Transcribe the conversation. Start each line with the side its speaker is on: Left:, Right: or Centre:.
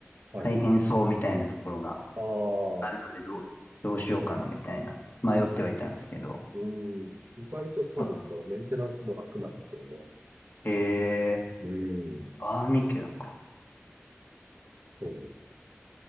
Right: はいはい。
Left: 大変そうみたいなところが
Right: ああ、
Left: あるので、どう、どうしようかなみたいな、迷ってはいたんですけど、
Right: うん。意外と多分、
Left: あ
Right: だからメンテナンスも楽なんですよね。
Left: えー、
Right: うん。
Left: バーミキュラか。
Right: そうなんです。